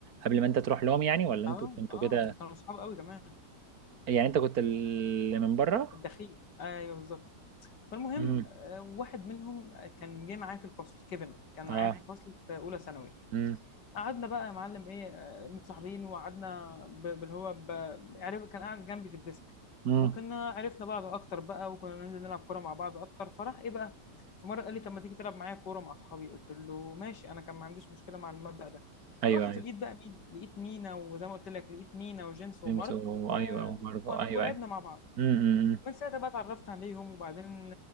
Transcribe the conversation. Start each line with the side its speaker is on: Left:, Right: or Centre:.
Right: قبل ما انت تروح لهم يعني ولا انتوا
Left: اه
Right: كنتوا
Left: اه
Right: كده
Left: دول كانوا اصحاب قوي كمان
Right: يعني انت كنت اللي من بره
Left: الدخيل ايوه بالظبط فالمهم
Right: امم
Left: آه، واحد منهم آه، كان جه معايا في الفصل كيفن كان
Right: اه
Left: معايا في الفصل في اولى ثانوي
Right: امم
Left: قعدنا بقى يا معلم ايه آه، متصاحبين وقعدنا ب- باللي هو ب... عرف كان قاعد جنبي في الديسك
Right: امم
Left: وكنا عرفنا بعض اكتر بقى وكنا ننزل نلعب كوره مع بعض اكتر فراح ايه بقى في مره قال لي طب ما تيجي تلعب معايا كوره مع اصحابي قلت له ماشي انا كان ما عنديش مشكله مع المبدأ ده
Right: ايوه
Left: رحت
Right: ايوه
Left: لقيت بقى مين لقيت مينا وزي ما قلت لك لقيت مينا وجيمس ومارك
Right: امس و-
Left: و...
Right: ايوه وماركو
Left: و...
Right: ايوه
Left: ولعبنا
Right: ايوه
Left: مع بعض
Right: امم امم
Left: من ساعتها بقى اتعرفت عليهم وبعدين